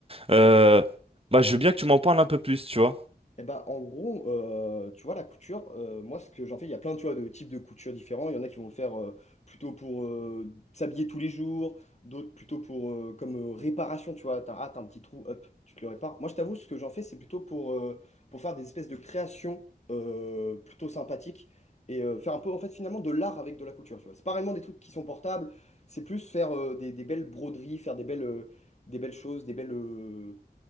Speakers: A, on the right; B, on the left.
A: euh, bah, je veux bien que tu m'en parles un peu plus, tu vois.
B: Eh ben, en gros, euh, tu vois, la couture, euh, moi, ce que j'en fais, il y a plein, tu vois, de types de couture différents. Il y en a qui vont le faire euh, plutôt pour euh, s'habiller tous les jours, d'autres plutôt pour euh, comme euh, réparation, tu vois. T'as, ah, t'as un petit trou, hop, tu te le répares. Moi, je t'avoue, ce que j'en fais, c'est plutôt pour, euh, pour faire des espèces de créations euh, plutôt sympathiques et euh, faire un peu, en fait, finalement, de l'art avec de la couture, tu vois. C'est pas réellement des trucs qui sont portables, c'est plus faire euh, des, des belles broderies, faire des belles, euh, des belles choses, des belles, euh,